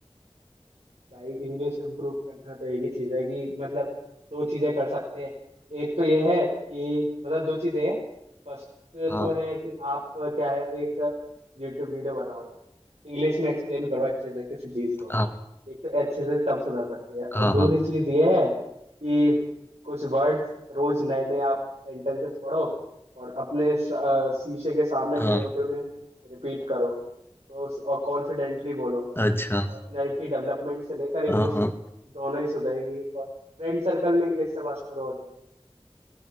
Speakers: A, on the right; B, on the left.
A: भाई इंग्लिश इम्प्रूव करना तो एक ही चीज है कि मतलब दो चीजें कर सकते हैं एक तो यह है कि मतलब दो चीजें हैं फर्स्ट
B: हाँ
A: तो है कि आप क्या है एक यूट्यूब वीडियो बनाओ इंग्लिश में एक्सप्लेन करो अच्छे से किसी चीज को
B: हाँ
A: एक तो अच्छे से तब सुधर सकती है और
B: हाँ
A: दूसरी
B: हाँ
A: चीज ये है कि कुछ वर्ड्स रोज नए नए आप सेंटेंसेस पढ़ो और अपने स- अ, शीशे के सामने खड़े
B: हाँ
A: होकर उन्हें रिपीट करो तो उस- और कॉन्फिडेंटली बोलो पर्सनैलिटी
B: अच्छा
A: डेवलपमेंट से लेकर इंग्लिश
B: हाँ हाँ
A: दोनों ही सुधरेगी और फ्रेंड सर्कल में इंग्लिश से बात करो और क्या?